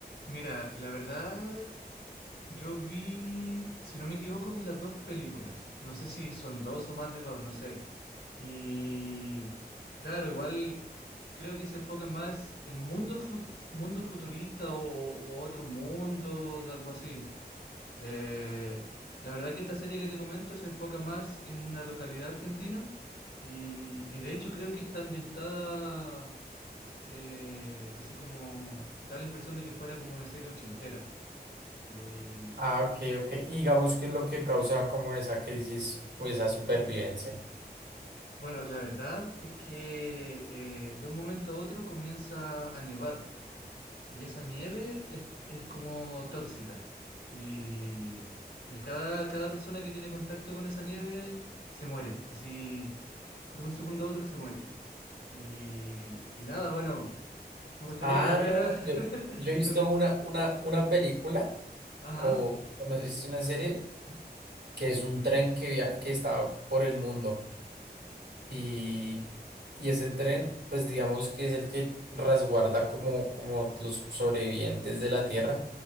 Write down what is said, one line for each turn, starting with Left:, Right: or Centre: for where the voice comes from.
Left: Mira, la verdad, yo vi, si no me equivoco, vi las dos películas. No sé si son dos o más de dos, no sé. Y claro, igual creo que se enfocan más en mundo, fut- mundo futurista o, o- o otro mundo, algo así. Eh, la verdad que esta serie que te comento se enfoca más en una localidad argentina y, y de hecho creo que está ambientada eh, así como da la impresión de que fuera como una serie ochentera. Y,
Right: Ah, ok, ok. Y digamos qué es lo que causa como esa crisis o esa supervivencia.
Left: bueno, la verdad es que eh, de un momento a otro comienza a nevar y esa nieve es, es como tóxica y, y cada, cada persona que tiene contacto con esa nieve se muere, así de un segundo a otro se muere. Y, y nada, bueno, me gustaría
Right: Ah,
Left: que la viera.
Right: yo,
Left: <laughs>
Right: yo he visto
Left: No te-
Right: una, una, una película
Left: Ajá.
Right: o bueno, es una serie que es un tren que, via- que está por el mundo. Y, y ese tren, pues digamos que es el que resguarda como, como los sobrevivientes de la Tierra.